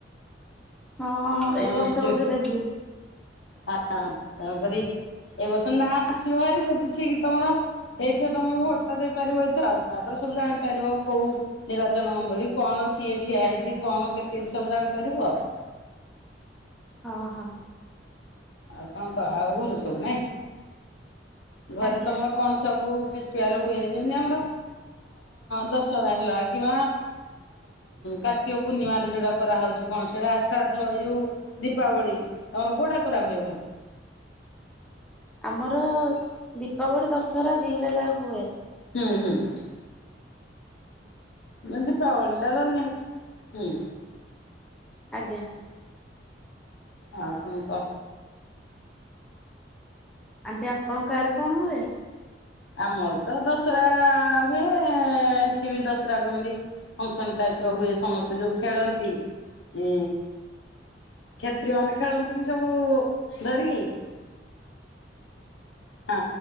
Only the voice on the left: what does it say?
ତମେ
ଯୋଉ
ହଁ ତେଣୁ କରି ଏ ବର୍ଷ ନା ଆସିବ ଭାରି ଯଦି ଠିକ୍ ତମର ହେଇଥିବ ତମେ ଭୋଟ ଟା ଦେଇପାରିବ। ଏଇଥ ଆଉ ତାପରେ ସବୁ ଜାଣିପାରିବ କୋଉ ନିର୍ବାଚନ ମଣ୍ଡଳୀ କଣ କିଏ ଠିଆ ହେଇଛି। କଣ କେତେ ସବୁ ଜାଣିପାରିବ ଆଉ।
ଆଉ କଣ କ ଆଉ ଭଲ ସବୁ ନାଇଁ। ଘରେ
ତମର କଣ ସବୁ ଫିଆଲ ହୁଏ ଯେମିତି ଆମର ଦଶହରା ହେଲା କିମ୍ବା କାର୍ତ୍ତିକ ପୂର୍ଣ୍ଣିମାରେ ଯଉଟା କରାହେଉଛି କଣ ସେଆଟା ଆଶ୍ରାଦ୍ଧ ଏଇ ଯୋଉ ଦୀପାବଳି ତମର କଉଟା କରାହୁଏ ଭଲ।
ହୁଁ ହୁଁ।
ଯେମିତି ପାୱେଲ ଟା ତ ନିହାତି। ହୁଁ।
ଆଉ କଣ କ।
ଆମର ତ ଦଶରା ହୁଏ ସେଠି ବି ଦଶରାକୁ ଏମିତି ଫଙ୍କସନ ଟାଇପ୍ ର ହୁଏ। ସମସ୍ତେ ଯୋଉ ଖେଳନ୍ତି ଉ କ୍ଷତ୍ରୀୟ ମାନେ ଖେଳନ୍ତିନି ସବୁ ଧରିକି। ହଁ